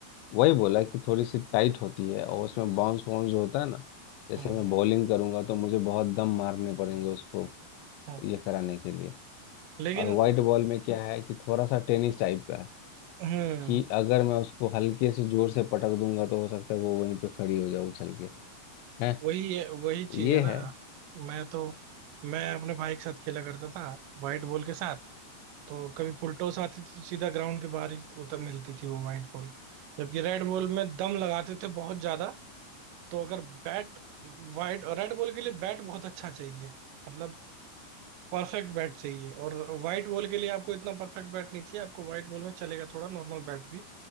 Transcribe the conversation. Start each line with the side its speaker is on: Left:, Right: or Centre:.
Left: वही बोला कि थोड़ी सी टाइट होती है और उसमें बाउंस वाउंस जो होता है ना जैसे
Right: हम्म
Left: मैं बॉलिंग करूंगा तो मुझे बहुत दम मारने पड़ेंगे उसको
Right: हम्म।
Left: ये कराने के लिए
Right: लेकिन
Left: और वाइट बॉल में क्या है कि थोड़ा सा टेनिस टाइप का है
Right: हम्म
Left: कि अगर मैं उसको हल्के से जोर से पटक दूंगा तो हो सकता है वो वहीं पे खड़ी हो जाए उछल के है
Right: वही वही चीज
Left: ये
Right: है ना
Left: है
Right: मैं तो मैं अपने भाई के साथ खेला करता था व्हाइट बॉल के साथ तो कभी फुल टॉस आती थी तो सीधा ग्राउंड के बाहर ही उतर मिलती थी वो व्हाइट बॉल जबकि रेड बॉल में दम लगाते थे बहुत ज्यादा तो अगर बैट व्हाइट और रेड बॉल के लिए बैट बहुत अच्छा चाहिए मतलब परफेक्ट बैट चाहिए और व्हाइट बॉल के लिए आपको इतना परफेक्ट बैट नहीं चाहिए आपको व्हाइट बॉल में चलेगा थोड़ा नॉर्मल बैट भी